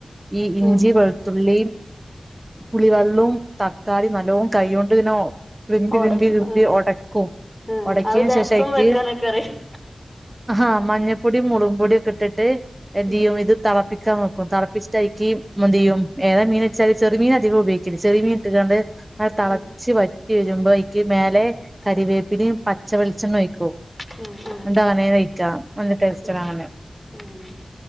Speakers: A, on the right (about 25°); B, in the centre.
A: ഈ ഇഞ്ചി
B: ഉം
A: വെളുത്തുള്ളി പുളിവെള്ളവും തക്കാളി നല്ലോണം കൈകൊണ്ട് ഇനോ വിമ്പി
B: ഓടച്ച്
A: വിമ്പി വിമ്പി
B: ആ
A: ഉടക്കും
B: ആ
A: ഉടക്കിയന്
B: അത് രസം
A: ശേഷം എക്ക്
B: വെക്കാനൊക്കെ അറിയാം
A: ആഹ് മഞ്ഞപ്പൊടീം മുളകു പൊടിയും ഒക്കെ ഇട്ടിട്ട് എന്തെയ്യും
B: ഉം
A: ഇത് തെള പിക്കാൻ വെക്കും തളപ്പിച്ചിട്ടായിരിക്കക്ക് എന്ത്ചെയ്യും ഏതാ മീൻെച്ചാല് ചെറിയ മീന് അധികം ഉപയോഗിക്കും ചെറിയ മീൻ ഇട്ടാണ്ട് അത് തിളച്ച്
B: ഉം
A: വറ്റി വരുമ്പോ അനിക്ക് മേലെ കരിവേപ്പിലേം പച്ച വെളിച്ചെണ്ണേം ഒഴിക്കും
B: ഉം
A: എന്ട് അങ്ങനെ കയിക്ക നല്ല ടേസ്റ്റാണ്
B: ഉം ഉം
A: അങ്ങനെ
B: ഉം